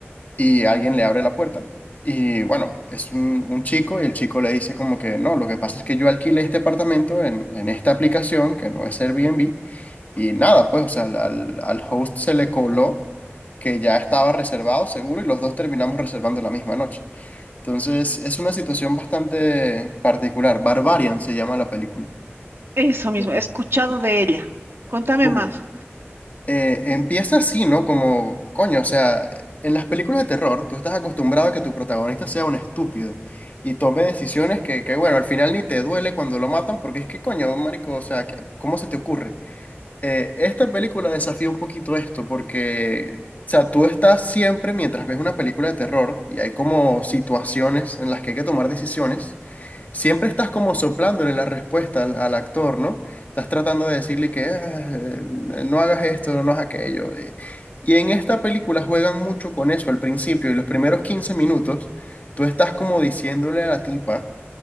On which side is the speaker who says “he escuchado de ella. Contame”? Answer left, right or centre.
Right